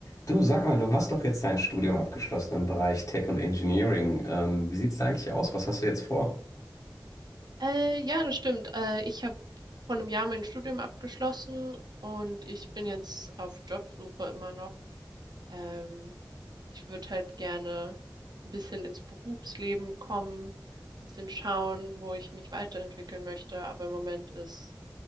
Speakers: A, on the left (about 45°); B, on the right (about 65°).
A: Du, sag mal, du hast doch jetzt dein Studium abgeschlossen im Bereich Tech und Engineering. Ähm, wie sieht's da eigentlich aus? Was hast du jetzt vor?
B: Äh, ja, das stimmt. Äh, ich habe vor einem Jahr mein Studium abgeschlossen und ich bin jetzt auf Jobsuche immer noch. Ähm, ich würde halt gerne ein bisschen ins Berufsleben kommen, ein bisschen schauen, wo ich mich weiterentwickeln möchte. Aber im Moment ist